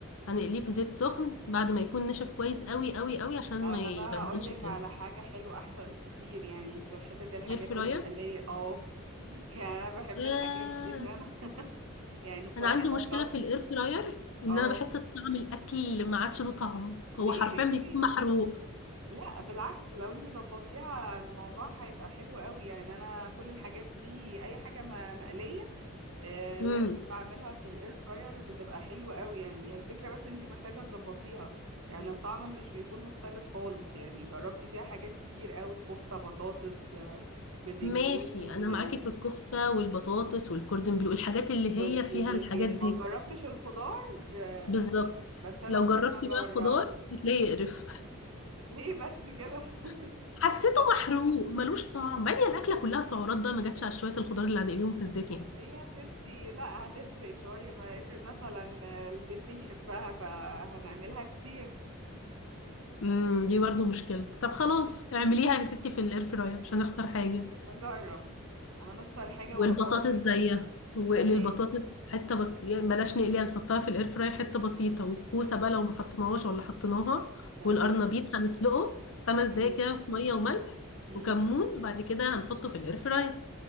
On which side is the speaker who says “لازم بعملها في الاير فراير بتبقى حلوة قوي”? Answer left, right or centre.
Right